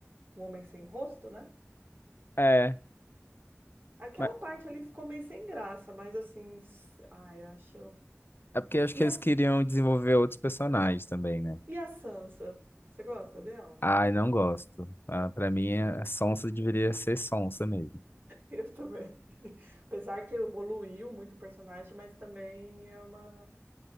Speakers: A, on the right; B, on the left.
A: homem sem rosto, né?
B: É,
A: Aquela
B: mas
A: parte ali ficou meio sem graça, mas assim, s- ai, eu acho.
B: é porque eu acho
A: E
B: que
A: a
B: eles queriam desenvolver outros personagens também, né?
A: E a Sansa? Você gosta dela?
B: Ai, não gosto. Ah, para mim,
A: Ah,
B: a sonsa deveria ser sonsa mesmo.
A: eu também. <laughs> Apesar que evoluiu muito o personagem, mas também é uma.